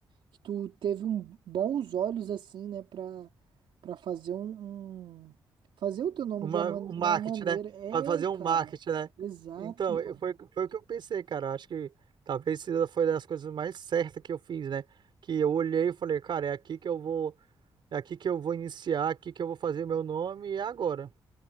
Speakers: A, on the right; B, on the right.
A: que tu teve um, bons olhos, assim, né, pra, pra fazer um, um- Fazer o teu nome
B: Uma,
A: de uma,
B: um
A: man-
B: marketing,
A: uma maneira.
B: né?
A: É,
B: Para fazer
A: cara.
B: um marketing, né?
A: Exato,
B: Então,
A: mano.
B: eu- foi, foi o que eu pensei, cara. Acho que talvez seja- foi das coisas mais certas que eu fiz, né? Que eu olhei e falei, cara, é aqui que eu vou, é aqui que eu vou iniciar, é aqui que eu vou fazer meu nome e é agora.